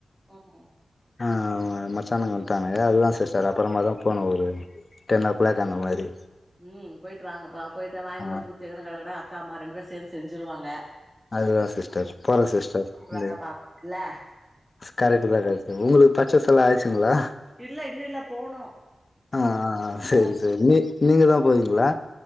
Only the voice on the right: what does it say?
ம்
ம் போயிட்டு வாங்கப்பா போயிட்டு வாங்கினு
வந்து குத்தி கட கட அக்கா அம்மா ரெண்டு பேர் சேந்து செஞ்சிருவாங்க
வேல பாக்கணும்ல
இல்ல இன்னு இல்ல போனு
போ